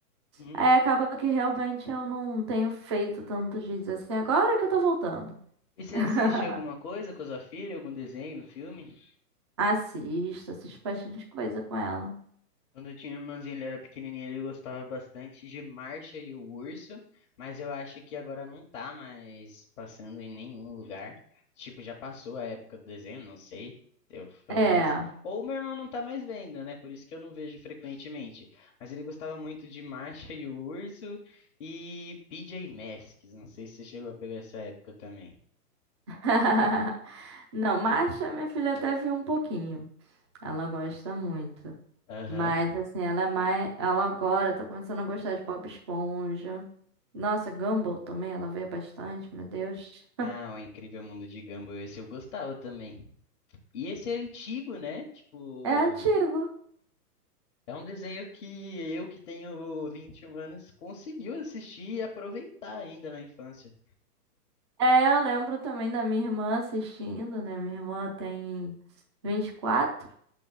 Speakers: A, on the left; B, on the right.
A: Uhum.
B: Aí acaba que realmente eu não tenho feito tantos vídeos assim. Agora que eu tô voltando.
A: E você
B: <laughs>
A: assiste alguma coisa com a sua filha, algum desenho, filme?
B: Assisto, assisto bastante coisa com ela.
A: Quando eu tinha irmãzinho, ele era pequenininho, ele gostava bastante de Marcha e o Urso, mas eu acho que agora não tá mais passando em nenhum lugar. Tipo, já passou a época do desenho, não sei. Eu, pelo
B: É.
A: menos. Ou meu irmão não tá mais vendo, né? Por isso que eu não vejo frequentemente. Mas ele gostava muito de Marcha e o Urso e PJ Masks. Não sei se você chegou a pegar essa época também.
B: <laughs> Não, marcha minha filha até viu um pouquinho. Ela gosta muito.
A: Aham.
B: Mas assim, ela é mais. Ela agora tá começando a gostar de Bob Esponja. Nossa, Gumball também, ela vê bastante, meu Deus.
A: Ah, o Incrível Mundo de Gumball, esse eu gostava também. E esse é antigo, né? Tipo.
B: É antigo.
A: É um desenho que eu, que tenho 21 anos, conseguiu assistir e aproveitar ainda na infância.
B: É, eu lembro também da minha irmã assistindo, né? Minha irmã tem 24